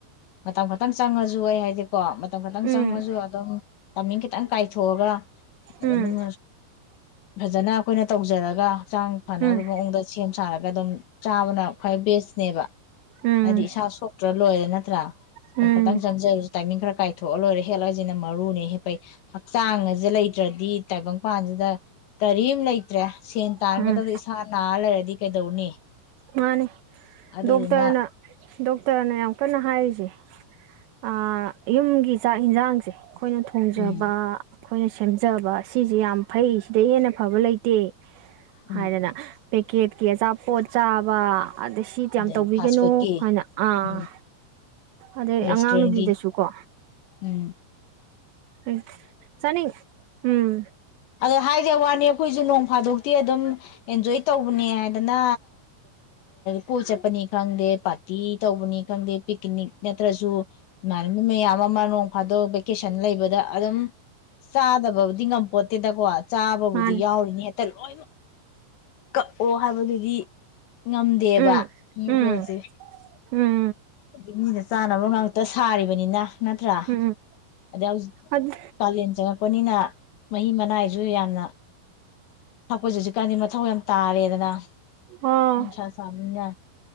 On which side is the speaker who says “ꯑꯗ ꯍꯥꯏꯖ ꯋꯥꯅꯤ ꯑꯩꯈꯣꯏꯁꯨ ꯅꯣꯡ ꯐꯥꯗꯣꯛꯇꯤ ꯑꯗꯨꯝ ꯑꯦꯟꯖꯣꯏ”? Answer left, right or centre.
Left